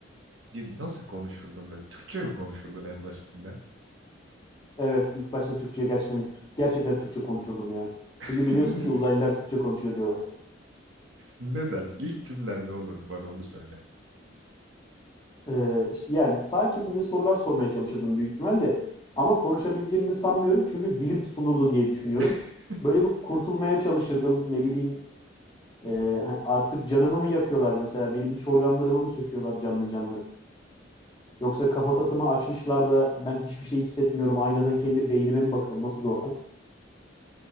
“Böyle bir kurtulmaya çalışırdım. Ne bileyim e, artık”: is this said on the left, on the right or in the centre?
Left